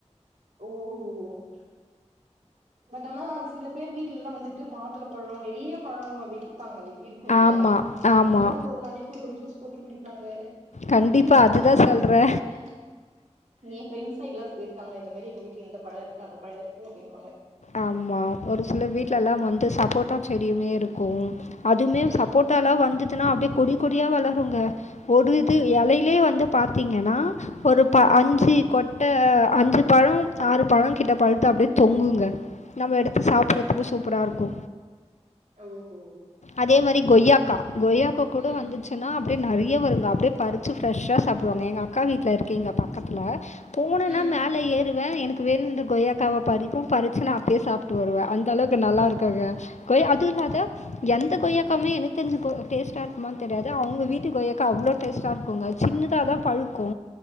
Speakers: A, on the right; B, on the left.
A: ஓஹோ இல்ல பட் ஆனா சில பேர் வீட்லலா வந்துட்டு மாதுள பழோ நெறியா பழோ வெப்பாங்க இரு க்கு இல்லயா
B: ஆமா, ஆமா.
A: அதெல்லா ஒரு ஒரு நாளைக்கு ஒரு ஒரு ஜூஸ் போட்டு குடிப்பாங்க
B: கண்டிப்பா.
A: சொல்லிருக்காங்க
B: அதுதான்
A: எ ஃப்ரெண்ட்ஸ்ஸுங்க
B: சொல்றேன்.
A: எ ஃப்ரெண்ட்ஸ் சைட்லா சொல்லிருக்காங்க இந்த மாதிரி எங்க வீட்ல இந்த பழோருக்கு அந்த பழோருக்கு அப்டினுவாங்க
B: ஆமா ஒரு சிலர் வீட்லல்லா வந்து சப்போட்டா செடியுமே இருக்கு அதுமே
A: ம்
B: சப்போட் டாலா வந்ததுன்னா அப்டியே கொடி கொடியா வளருங்க ஒடு இது எலைலே வந்து பாத்தீங்கன்னா ஒரு ப அஞ்சு கொட்ட அஞ்சு பழோம் ஆறு பழோம் கிட்ட பழுத்து அப்டியே தொங்குங்க நம்ம எடுத்து சாப்பறதுக்கு சூப்பராருக்கு
A: ஓ ஹோ
B: அதே மாரி கொய்யாக்கா கொய்யாக்கா கூட
A: ம்
B: வந்து ச்சுன்னா அப்டியே நறைய வருங்க அப்டியே பறிச்சு ஃப்ரெஷ்ஷா சாப்டுவாங்க எங்க அக்கா வீட்ல இருக்கு இங்க பக்கத்துல போனேன்னா
A: ம்
B: மேல ஏறுவே எனக்கு வேணுன்ற கொய்யாக்காவ பறிப்பே பறிச்சு நா ப்பயே சாப்ட்டு வருவ அந்தளவுக்கு நல்லாருக்குங்க கொய்யா அதுவுல்லாத எந்த கொய்யாகாவ்மே எனக்கு தெரிஞ்சு கொ டேஸ்டாருக்குமான் தெரியாது அவுங்க வீட்டு கொய்யாக்கா அவ்ளோ டேஸ்ட்டாருக்குங்க சின்னதா தா பழுக்கு